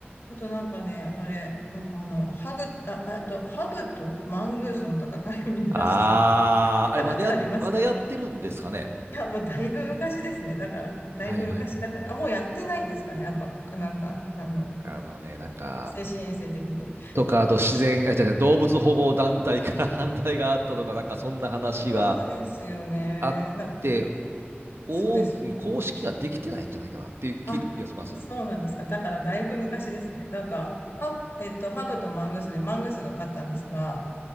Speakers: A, on the left; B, on the right.
A: あとなんかね、あれ、なんかあの、ハグ、あ、あと、ハブとマングースの戦いを見ました。
B: <laughs> ああ、
A: <laughs> 見たことありますか
B: あれまだや、まだやってるんですかね。
A: いや、もうだいぶ昔ですね。だから、だいぶ昔だから。
B: はいはい
A: あ、もうやってないんですかね。やっぱ、あなんか、あの、
B: あのね、なんか、
A: 精神衛生的に。
B: とか、あと自然、あ、違う違う、動物保護団体から <laughs> 反対があったとか、なんかそんな話が
A: そうですよね。
B: あって、
A: な、
B: お公式ができてないんじゃないかなっていう聞いた気がします。
A: そうです。あ、そうなんですか。だからだいぶ昔ですね。なんか、ハブ、えっと、ハブとマングースでマングースが勝ったんですが、